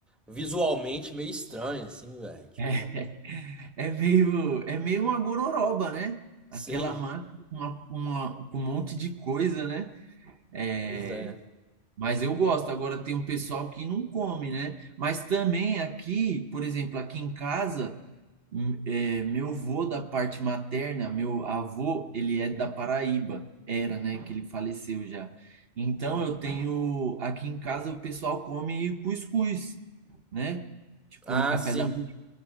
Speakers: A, in the centre; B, on the right (about 60°).
A: visualmente meio estranho, assim, velho. Tipo,
B: é, <laughs> é meio, é meio uma gororoba, né?
A: sim,
B: Aquela massa com uma, uma- com um monte de coisa, né?
A: pois
B: É,
A: é.
B: Mas eu gosto. Agora tem um pessoal que não come, né? Mas também aqui, por exemplo, aqui em casa. Hum, é, meu avô da parte materna, meu avô, ele é da Paraíba, era, né, que ele faleceu já. Então eu tenho, aqui em casa o pessoal come cuscuz, né? Tipo
A: Ah,
B: no café
A: sim.
B: da manhã,